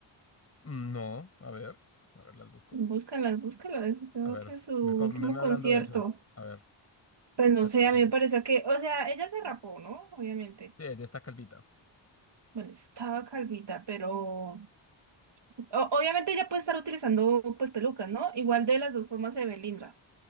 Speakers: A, on the left; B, on the right.
A: Mm, No, a ver, a ver, las busco.
B: Búscalas, búscalas. Creo
A: A ver,
B: que su último
A: ve con- veme
B: concierto.
A: hablando de eso. A ver,
B: Pues no
A: veme
B: sé,
A: hablando.
B: a mí me parece que... O sea, ella se rapó, ¿no? Obviamente.
A: Sí, de esta calvita.
B: Bueno, estaba calvita, pero... o- obviamente ella puede estar utilizando pues pelucas, ¿no? Igual de las dos formas se ve linda.